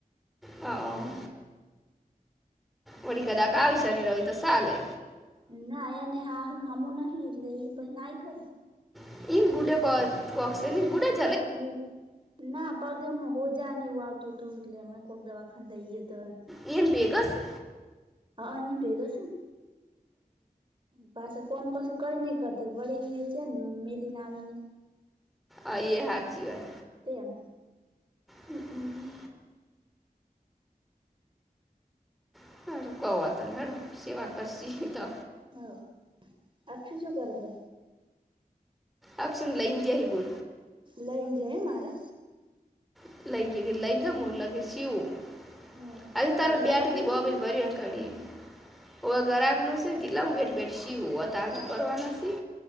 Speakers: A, in the centre; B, on the right (about 35°).
A: અહં. વડી કદાક આવ શની રવિ તો સાલે.
B: ના એને હાહું હમું નહીં એટલે ઈ પછી ના આયે ખરેન.
A: <unintelligible>
B: ઓહ, ના પગમાં હોજા ને એવું આવતું તું, એટલે અમે કોક દવાખાને લઈ ગયા તા એન.
A: એ એન ભેગાં સે?
B: અહં એન ભેગા સેન. <unintelligible> કોન કશું કઈ નઈ કરતું, વડી ચેન મિલીને આવીનેં.
A: અહ ઈ એ હાચી વાત.
B: તેમ.
A: હમ્મ-હમ્મ. <unintelligible> કોવા તોનેડો સેવા કરશી ઈ તો.
B: હોવ. અક્ષું શું કરે હે?
A: અક્ષુંન લઈન જહી <unintelligible>
B: લઈન જઈ એમ હારે?
A: <unintelligible>
B: હોવે
A: હજી તાત
B: તે ગરાક
A: બેઠીથી
B: નું
A: બોબીલ
B: સીવો
A: ભર્યું અન કઢી. હવે ઘરાકનું સે કેટલામ વેટ બેેઠ શીઉ હતા
B: હ
A: હજુ કરવાના સી.